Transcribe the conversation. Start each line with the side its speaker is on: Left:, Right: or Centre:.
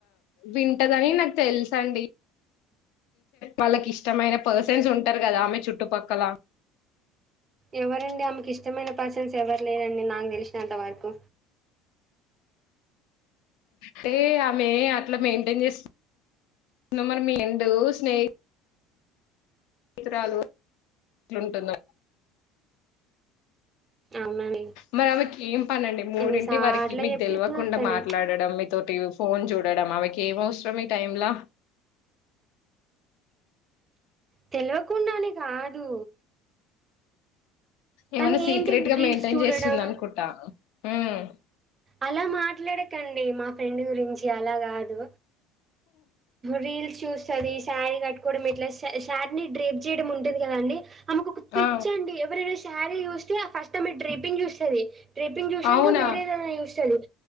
Left: వింటదని నాకు తెలుసండి. వాళ్ళకి ఇష్టమైన పర్సన్స్ ఉంటారు కదా ఆమె చుట్టుపక్కల
Right: ఎవరండి ఆమెకి ఇష్టమైన పర్సన్స్ ఎవరు లేరండి నాకు తెలిసి ఇంత వరకు
Left: హే ఆమె అట్ల మెయింటైన్ చేస్తుంది మరి మీ స్నేహి రాలు ఏట్లుంటుందో
Right: అవునండి
Left: మరి ఆమెకి ఏం పనండి మూడింటి
Right: ఎన్నిసార్లు
Left: వారికి మీకు
Right: చెప్పినా
Left: తెలివకుండా
Right: అట్లనే
Left: మాట్లాడడం మీతోటి ఫోన్ చూడడం అమెకి ఏం అవసరం ఈ టైమ్లా
Right: తెలియకుండా అని కాదు
Left: ఏమన్నా
Right: తను
Left: సీక్రెట్
Right: ఏంటి
Left: గా
Right: రీల్స్
Left: మెయింటైన్
Right: చూడడం
Left: చేస్తుందనుకుంటా మ్మ్ హ్
Right: అలా మాట్లాడకండి మా ఫ్రెండ్ గురించి అలా కాదు రీల్ చూస్ అది శారీ కట్టుకోవడం ఇట్లా శ శారీని డ్రేప్ చేయడం ఉంటది కదండి ఆమెకు ఒక పిచ్చండి
Left: ఆ
Right: ఎవరైనా శారీ చూస్తే ఆ ఫస్ట్ మి ట్రెపింగ్ చూస్తది ట్రెపింగ్ చూసినాక
Left: అవునా
Right: వేరే ఏదనా చూస్తది